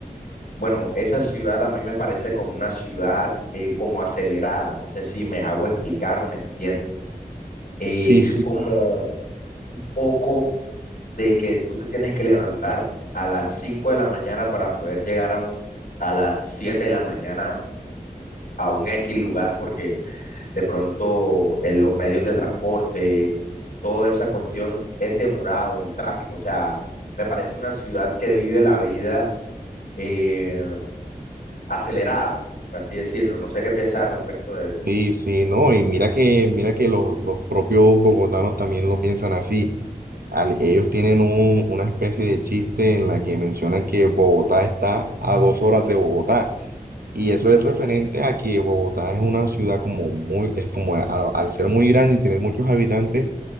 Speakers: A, on the left (about 60°); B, on the right (about 80°).
A: bueno, esa ciudad a mí me parece como una ciudad eh, como acelerada. No sé si me hago explicar o me entiendo. Eh,
B: Sí,
A: es
B: sí,
A: como un poco de que tú te tienes que levantar a las 5 de la mañana para poder llegar a, un, a las 7 de la mañana a un X lugar porque de pronto en los medios de transporte, toda esa cuestión es demorado, el tráfico, o sea, me parece una ciudad que vive la vida eh, acelerada, por así decirlo, no sé qué piensas al respecto de eso.
B: sí, sí, no, y mira que, mira que los, los propios bogotanos también lo piensan así. Al- ellos tienen un- una especie de chiste en la que mencionan que Bogotá está a dos horas de Bogotá. Y eso es referente a que Bogotá es una ciudad como muy, es como a- al ser muy grande y tener muchos habitantes,